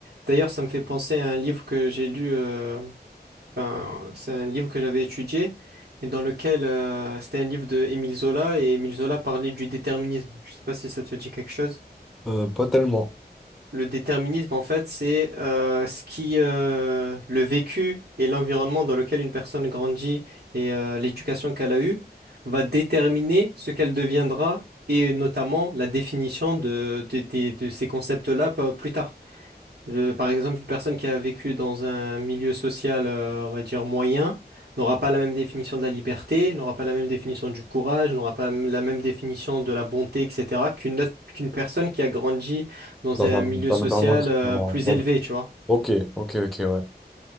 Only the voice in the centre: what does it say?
Euh, pas tellement.
Dans
un,
dans
un environnement différent.
Ouais.
Ok, ok, ok, ouais.